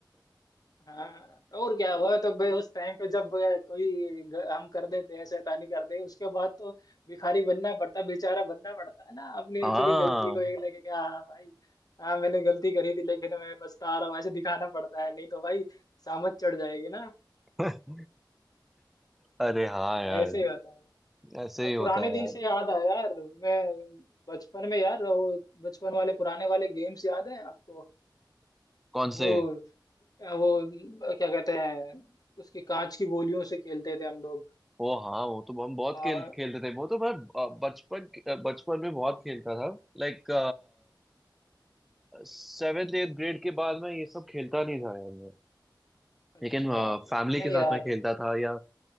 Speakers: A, on the left; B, in the centre.
A: हाँ और क्या हुआ तो बे उस टाइम पे जब अ, कोई ग- हम कर देते हैं शैतानी करते हैं उसके बाद तो भिखारी बनना पड़ता बेचारा बनना पड़ता है ना अपनी
B: हाँ
A: थोड़ी गलती को ये लगे कि हाँ भाई हाँ मैंने गलती करी थी लेकिन मैं पछता रहा हूँ ऐसे दिखाना पड़ता है नहीं तो भाई सामत चढ़ जाएगी ना
B: <laughs> अरे हाँ
A: ऐसे
B: यार
A: ही होता है
B: ऐसे
A: अब
B: ही होता
A: पुराने
B: है
A: दिन
B: यार
A: से याद आया यार मैं बचपन में यार वो बचपन वाले पुराने वाले गेम्स याद है आपको
B: कौन
A: वो
B: से
A: अ, वो अ, क्या कहते हैं उसकी कांच की गोलियों से खेलते थे हम लोग
B: वो हाँ वो तो हम बहुत
A: बा-
B: खेल खेलते थे वो तो मैं अ, बचपन के- अ, बचपन में बहुत खेलता था लाइक सेवेंथ एट ग्रेड के बाद मैं ये सब खेलता नहीं था यार मैं
A: अच्छा
B: लेकिन फैमिली
A: नहीं
B: के साथ
A: यार
B: मैं खेलता था या